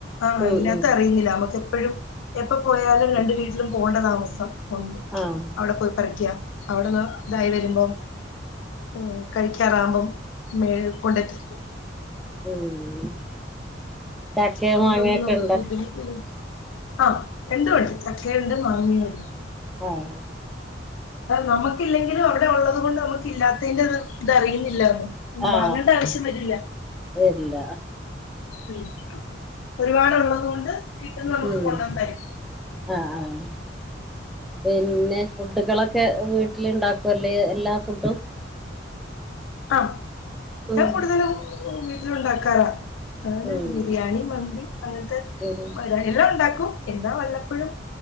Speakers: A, on the left; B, in the centre.
A: ആഹ്
B: ഉം
A: ഇല്ലാത്തറിയുന്നില്ല
B: ഉം
A: നമുക്കെപ്പഴും എപ്പോ പോയാലും രണ്ട് വീട്ടിലും പോണ്ടതാമസം ഉണ്ട്
B: ആഹ്
A: അവിടെ പോയി പറിക്കാ അവിടൊന്ന് ഇതായി വരുമ്പോം ഉം കഴിക്കാറാവുമ്പം മേഴ് കൊണ്ടെതരും.
B: ഉം ചക്കയും
A: അതുകൊണ്ടൊന്നും
B: മാങ്ങയൊക്കെ
A: നമുക്ക്
B: ഇണ്ടോ
A: ബുദ്ധിമുട്ടില്ല ആഹ് രണ്ടുമുണ്ട് ചക്കയുണ്ട് മാങ്ങയുണ്ട്.
B: ഓഹ്
A: നമ്മക്കില്ലെങ്കിലും അവിടെ ഒള്ളത് കൊണ്ട് നമുക്ക് ഇല്ലാത്തേന്റെത് ഇത് അറിയുന്നില്ലാന്ന്. ഉം
B: ആഹ്
A: വാങ്ങണ്ട ആവശ്യം വരൂല്ലാ.
B: വരില്ല
A: ഉം ഒരുപാടുള്ളത് കൊണ്ട് കിട്ടുന്ന നമുക്ക്
B: ഉം
A: കൊണ്ടന്ന് തരും.
B: ആഹ് ആഹ് പിന്നെ ഫുഡുകളൊ ക്കെ വീട്ടിലിണ്ടാക്കോല്ലേ എല്ലാ ഫുഡും?
A: ആഹ്
B: ഉം
A: ഞാൻ കൂടുതലും വീട്ടിലുണ്ടാക്കാറാ. അതുപോലെ
B: ഉം
A: ബിരിയാണി മന്തി അങ്ങനത്തെ
B: ഉം
A: <unintelligible> എല്ലാം ഉണ്ടാക്കും എന്താ വല്ലപ്പഴും